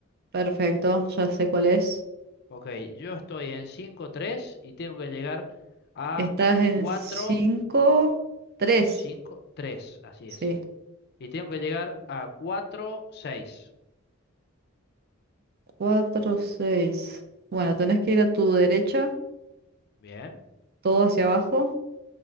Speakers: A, on the right (about 45°); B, on the left (about 50°).
A: Perfecto, ya sé cuál es.
B: Ok. Yo estoy en 5 3 y tengo que llegar a
A: Estás en
B: 4
A: cinco tres
B: 5 3, Así
A: Sí.
B: es. Y tengo que llegar a cuatro seis.
A: cuatro seis Bueno, tenés que ir a tu derecha,
B: Bien.
A: todo hacia abajo